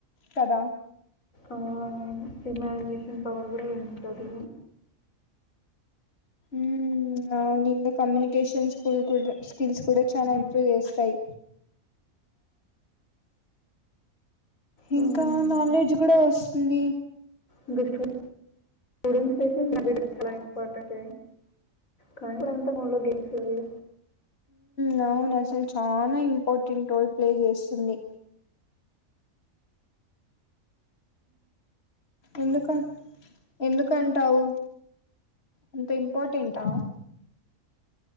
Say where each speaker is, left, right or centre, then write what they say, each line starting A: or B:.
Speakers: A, on the left (about 50°); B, on the left (about 75°).
A: కద
B: ఆహ్, ఇమాజినేషన్ పవర్ గుడా పెంచుతది
A: ఊమ్ ఔనింగ కమ్యూనికేషన్స్కిల్ కుడ్ స్కిల్స్ కుడ చాలా ఇంప్రూవ్ జేస్తాయ్
B: హ్మ్.
A: ఇంకా నాలెడ్జ్ గుడా వస్తుంది
B: ఇంక స్టూడెంట్సైతై <unintelligible> చాలా ఇంపార్టెంట్ కాన్ <unintelligible> గెల్సేది
A: నానసల్ చానా ఇంపార్టెంట్ రోల్ ప్లే జేస్తుంది ఎందుక ఎందుకంటావ్ అంత ఇంపార్టెంటా